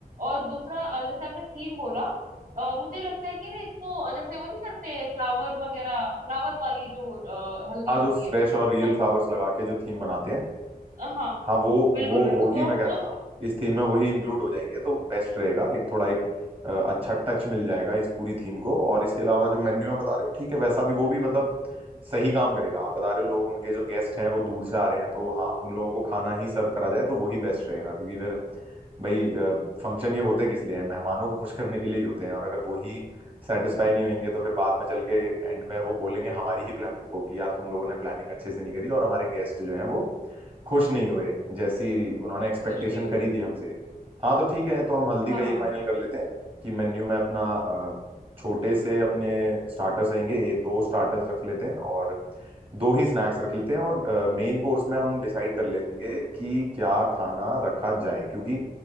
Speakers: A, on the right (about 60°); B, on the right (about 35°).
A: और दूसरा अ, जैसे आपने थीम बोला अ, मुझे लगता है कि ना इसको अ, जैसे वो नहीं करते फ्लावर वगैरह फ्लावर वाली जो अ, हल्दी
B: हाँ
A: होती
B: जो फ्रेश
A: है
B: और रियल
A: तो हमको
B: फ्लावर्स लगा के जो थीम बनाते हैं
A: हम- हाँ
B: हाँ वो
A: बिल्कुल
B: वो
A: बिल्कुल
B: वो ही
A: तो
B: मैं
A: हम
B: कह
A: वो
B: रहा था इस थीम में वही इंक्लूड हो जाएंगे तो बेस्ट रहेगा एक थोड़ा एक अ, अच्छा टच मिल जाएगा इस पूरी थीम को और इसके अलावा जो मेन्यू आप बता रहे हो ठीक है वैसा भी वो भी मतलब सही काम करेगा आप बता रहे हो लोग उनके जो गेस्ट हैं वो दूर से आ रहे हैं तो हाँ उन लोगों को खाना ही सर्व करा जाए तो वही बेस्ट रहेगा क्योंकि फिर भाई फंक्शन ये होते किस लिए हैं मेहमानों को खुश करने के लिए ही होते हैं और अगर वही सेटिस्फाई नहीं होंगे तो फिर बाद में चल के एंड में वो बोलेंगे हमारी ही प्लानिंग को कि यार तुम लोगों ने प्लानिंग अच्छे से नहीं करी और हमारे गेस्ट जो हैं वो खुश नहीं हुए जैसी
A: बिल्कुल
B: उन्होंने एक्सपेक्टेशन
A: खुश नहीं हुई
B: करी थी हमसे हाँ तो ठीक है तो हम हल्दी
A: हाँ
B: का ये
A: हाँ
B: फाइनल कर लेते हैं कि मेन्यू में अपना अ, छोटे से अपने स्टार्टर्स रहेंगे ये दो स्टार्टर्स रख लेते हैं और दो ही स्नैक्स रख लेते हैं और मेन कोर्स में हम डिसाइड कर लेंगे कि क्या खाना रखा जाए क्योंकि